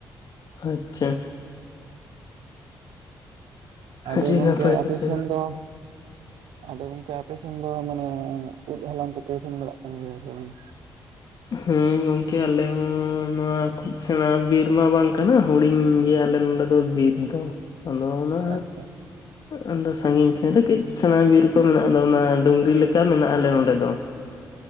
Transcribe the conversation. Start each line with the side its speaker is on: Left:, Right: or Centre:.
Left: ᱟᱪᱪᱷᱟ᱾
Right: ᱟᱫᱚ
Left: ᱟᱹᱰᱤ
Right: ᱜᱚᱝᱠᱮ
Left: ᱱᱟᱯᱟᱭ
Right: ᱟᱯᱮ
Left: ᱠᱟᱛᱷᱟ
Right: ᱥᱮᱱ ᱫᱚ ᱟᱫᱚ ᱜᱚᱝᱠᱮ ᱟᱯᱮ ᱥᱮᱱ ᱫᱚ ᱢᱟᱱᱮ ᱩᱫᱽ ᱦᱟᱞᱟᱝ ᱠᱚᱯᱮ ᱥᱮᱱ ᱵᱟᱲᱟᱜ ᱠᱟᱱ ᱜᱮᱭᱟ ᱥᱮ ᱵᱟᱝ?
Left: ᱦᱮᱸ ᱜᱚᱝᱠᱮ ᱟᱞᱮ ᱦᱚᱸ ᱱᱚᱣᱟ ᱠᱷᱩᱵ ᱥᱮᱬᱟᱸ ᱵᱤᱨᱢᱟ ᱵᱟᱝ ᱠᱟᱱᱟ ᱦᱩᱰᱤᱧ ᱜᱮᱭᱟᱞᱮ ᱱᱚᱰᱮ ᱫᱚ ᱵᱤᱨ ᱫᱚ ᱟᱫᱚ ᱚᱱᱟ
Right: ᱟᱪᱪᱷᱟ
Left: ᱟᱫᱚ ᱥᱟᱺᱜᱤᱧ ᱥᱮᱫᱨᱮ ᱠᱟᱹᱡ ᱥᱮᱬᱟ ᱵᱤᱨ ᱠᱚ ᱢᱮᱱᱟᱜ-ᱟ᱾ ᱟᱫᱚ ᱚᱱᱟ ᱰᱩᱝᱨᱤ ᱞᱮᱠᱟ ᱢᱮᱱᱟᱜᱼᱟ ᱟᱞᱮ ᱱᱚᱸᱰᱮ ᱫᱚ᱾